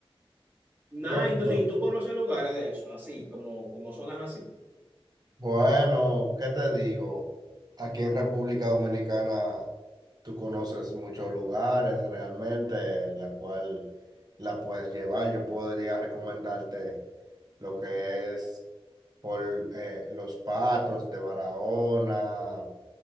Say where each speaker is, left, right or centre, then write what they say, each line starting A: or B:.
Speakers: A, on the right; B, on the right.
A: Nada,
B: Y entonces,
A: entonces, ¿y tú conoces lugares de eso? Así, como, como zonas así.
B: bueno, ¿qué te digo? Aquí en República Dominicana tú conoces muchos lugares realmente en la cual la puedes llevar. Yo podría recomendarte lo que es por eh, Los Patos de Barahona.